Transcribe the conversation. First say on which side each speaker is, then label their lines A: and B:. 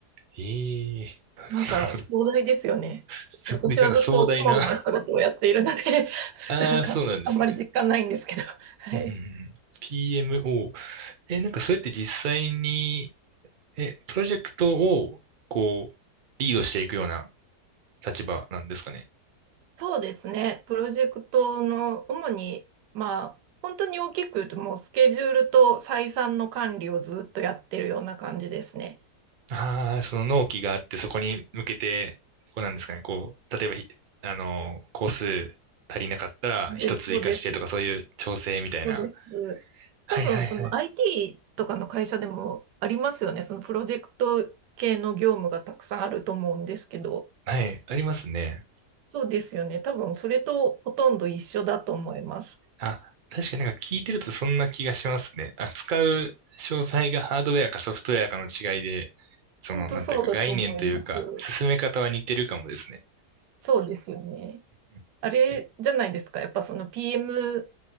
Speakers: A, on the right; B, on the right.
A: ええなるほど、
B: なんか、
A: なるほど。
B: 壮大ですよね。
A: すごい、
B: 私はずっとこまごましたことをやっているので、
A: なんか壮大な。<laughs>
B: <laughs>
A: ああ、
B: なんか、
A: そうなんですね。
B: あんまり実感ないんですけど。はい。
A: うんうんうんうん PMO。え、なんかそれって実際に、え、プロジェクトを、こう、リードしていくような立場なんですかね。
B: そうですね。プロジェクトの、主に、まあ、本当に大きく言うと、もう、スケジュールと採算の管理をずっとやってるような感じですね。
A: ああ、その納期があって、そこに向けて、こうなんですかね、こう、例えばひ、あの、工数足りなかったら、
B: で、
A: 一つ追加してとか、
B: そうです。
A: そういう調整みたいな。
B: そうです。
A: はいはいはい。
B: 多分、その IT とかの会社でもありますよね。そのプロジェクト系の業務がたくさんあると思うんですけど、
A: はい、ありますね。
B: そうですよね。多分、それとほとんど一緒だと思います。
A: あ、確かになんか聞いてるとそんな気がしますね。扱う詳細がハードウェアかソフトウェアかの違いで、その、
B: 本当そうだと思います。
A: なんていうか概念というか、進め方は似てるかもですね。
B: そうですよね。
A: うんえ
B: あれじゃないですか。やっぱその PM